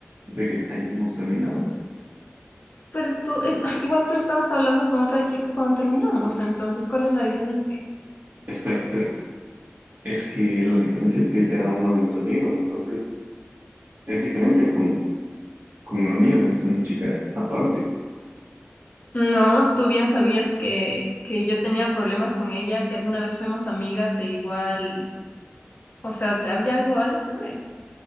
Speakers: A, on the right; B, on the left.
A: de que hayamos terminado?
B: Pero tú, eh, igual tú estabas hablando con otra chica cuando terminamos, entonces, ¿cuál es la diferencia?
A: Espera, pero es que la diferencia es que él era uno de mis amigos, entonces es diferente con, con lo mío, es una chica aparte,
B: No, tú bien sabías que, que yo tenía problemas con ella, que alguna vez fuimos amigas e igual, o sea, te- había algo, algo que ver.